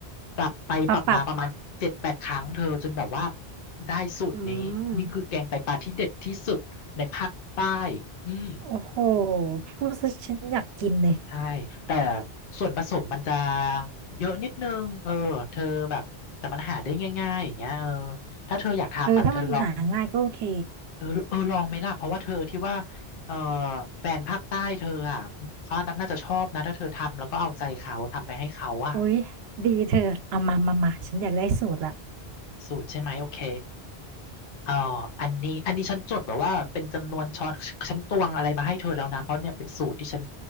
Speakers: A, on the left; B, on the right.
A: ปรับไปปรับมาประมาณเจ็ดแปดครั้งเธอจนแบบว่า
B: มาปรับ
A: ได้สูตรนี้นี่คือแกงไตปลาที่เด็ดที่สุดในภาคใต้
B: อืม
A: อืม
B: โอ้โหพูดซะฉันอยากกินเลย
A: ใช่แต่ส่วนผสมมันจะเยอะนิดนึงเออเธอแบบแต่มันหาได้ง่ายๆอย่างเงี้ยเออถ้าเธออยากทำอ่ะเธอลอง
B: เออถ้ามันหาง่ายก็โอเค
A: เออเออลองไหมล่ะเพราะว่าเธอที่ว่าเออแฟนภาคใต้เธออ่ะเขาน่าจะชอบนะถ้าเธอทำแล้วก็เอาใจเขาทำไปให้เขาอ่ะ
B: อุ๊ยดีเธอเอามามามาฉันอยากได้สูตรละ
A: สูตรใช่ไหมโอเคเอออันนี้อันนี้ฉันจดแบบว่าเป็นจำนวนช้อนฉันตวงอะไรมาให้เธอแล้วนะเพราะเนี่ยเป็นสูตรที่ฉัน